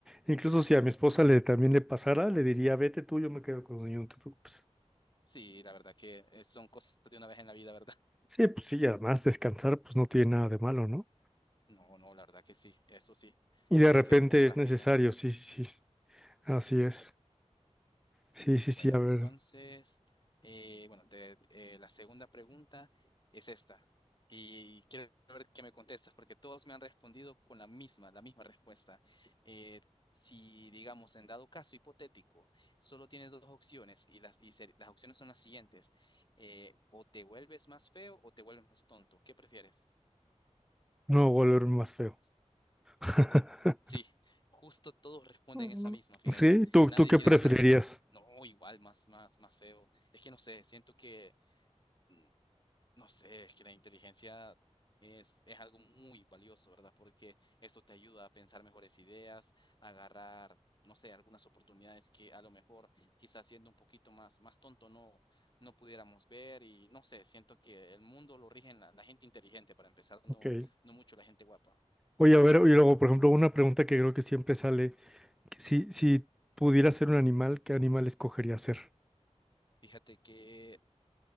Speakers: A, in the centre; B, on the left.
A: Incluso si a mi esposa le también le pasara, le diría, vete tú, yo me quedo con el niño, no te preocupes.
B: Sí, la verdad que eh, son cosas de una vez en la vida, ¿verdad? <laughs>
A: Sí, pues sí, y además descansar pues no tiene nada de malo, ¿no?
B: No, no, la verdad que sí, eso sí,
A: Y de
B: hay
A: repente
B: que reponer
A: es
B: las
A: necesario,
B: pilas.
A: sí, sí, sí. Así es. Sí, sí, sí,
B: Bueno,
A: a
B: entonces,
A: ver,
B: eh, bueno, te- eh, la segunda pregunta es esta. Y quiero ver qué me contestas, porque todos me han respondido con la misma, la misma respuesta. Eh, si, digamos, en dado caso hipotético, solo tienes dos opciones y las, y se- las opciones son las siguientes. Eh, o te vuelves más feo o te vuelves más tonto. ¿Qué prefieres?
A: no volver más feo. <laughs>
B: Sí, justo todos responden
A: Mm,
B: esa misma, fíjate.
A: Sí, ¿tú,
B: Nadie
A: tú qué
B: quiere
A: preferirías?
B: volverse más, no, igual, más, más, más feo. Es que no sé, siento que... mm, No sé, es que la inteligencia es, es algo muy valioso, ¿verdad? Porque esto te ayuda a pensar mejores ideas, a agarrar, no sé, algunas oportunidades que a lo mejor quizás siendo un poquito más, más tonto no, no pudiéramos ver y no sé, siento que el mundo lo rigen la, la gente inteligente para empezar, no,
A: Ok.
B: no mucho la gente guapa.
A: Oye, a ver, y luego, por ejemplo, una pregunta que creo que siempre sale, que si, si pudiera ser un animal, ¿qué animal escogería ser?
B: Fíjate que